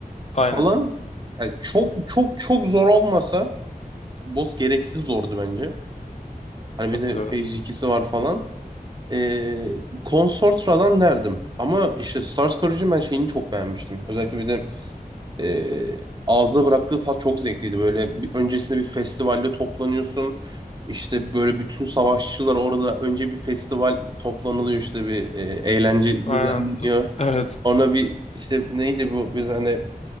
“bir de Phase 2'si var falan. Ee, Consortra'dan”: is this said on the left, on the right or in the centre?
Right